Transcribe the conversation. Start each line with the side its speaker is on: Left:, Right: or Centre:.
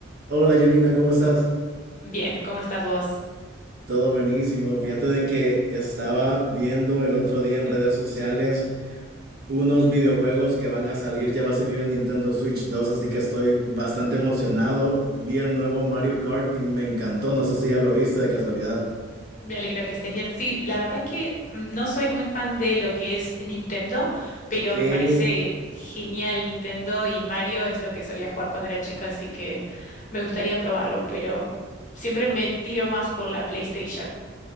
Right: Hola Janina, ¿cómo estás?
Left: Bien, ¿cómo estás vos?
Right: Todo buenísimo. Fíjate de que estaba viendo el otro día en redes sociales unos videojuegos que van a salir, ya va a salir el Nintendo Switch dos, así que estoy bastante emocionado. Vi el nuevo Mario Kart y me encantó, no sé si ya lo viste de casualidad.
Left: Me alegro que estés bien. Sí, la verdad que no soy muy fan de lo que es Nintendo, pero
Right: ¿Qué?
Left: me parece genial Nintendo y Mario es lo que solía jugar cuando era chica, así que me gustaría probarlo, pero siempre me tiro más por la PlayStation.